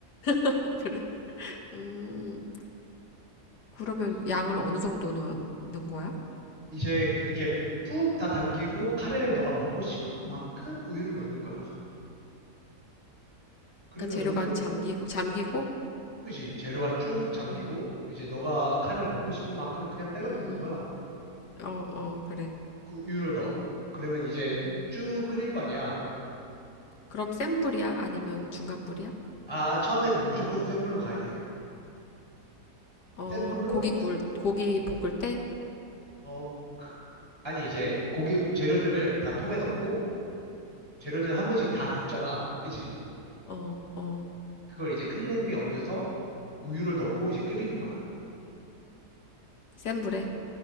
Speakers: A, on the left; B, on the right.
A: <laughs> 그래. 음, 그러면
B: 이-
A: 양을 어느 정도 넣는 거야?
B: 이제 이게 푹 다 담기고 카레를 너가 먹고 싶은 만큼 우유를 넣는 거야. 그러면
A: 그러니까 재료가
B: 우유를
A: 잠기고, 잠기고?
B: 그지? 재료가 쭉 잠기고
A: 음,
B: 이제 너가 카레를 먹고 싶은 만큼 그냥 때려
A: 음,
B: 붓는 거야.
A: 어, 어, 그래.
B: 그 우유를 넣어. 그러면 이제
A: 음.
B: 쭉 끓일 거 아니야.
A: 그럼 센 불이야? 아니면 중간 불이야?
B: 아, 처음에는 무조건 센 불로 가야 돼.
A: 어,
B: 센 불로
A: 고기 구울, 고기 볶을 때,
B: 어, 그- 아니, 이제 고기 재료들을 다 통에 넣고 재료들 한 번씩 다 굽잖아. 그지?
A: 어, 어,
B: 그걸 이제 큰 냄비에 옮겨서 우유를 넣고 이제 끓이는 거야.
A: 센 불에,